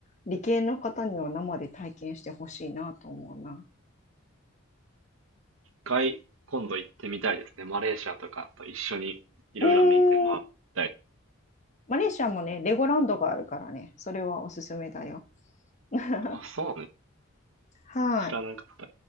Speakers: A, on the left; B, on the right.
A: 理系の方には生で体験してほしいなと思うな。
B: 回、今度行ってみたいですね。マレーシアとかと一緒にいろいろ見て回りたい。
A: うーん、マレーシアもね、レゴランドがあるからね、それはおすすめだよ。<laughs>
B: あ、そうね。
A: はい。
B: 知らなかった。